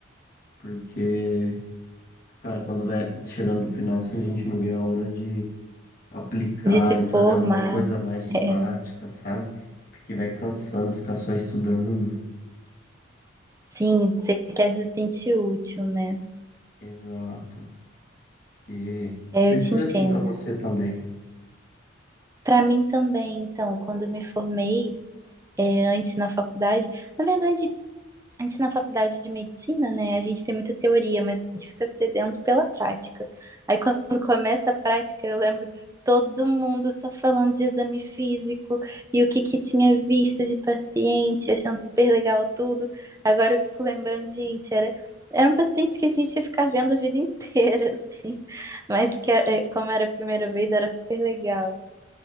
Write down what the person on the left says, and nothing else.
porque, cara, quando vai chegando no final, assim, a gente não vê a hora de aplicar
e
fazer alguma coisa mais
prática, sabe? Porque vai cansando ficar só estudando.
Exato. E não
sei
se
foi
assim pra você também.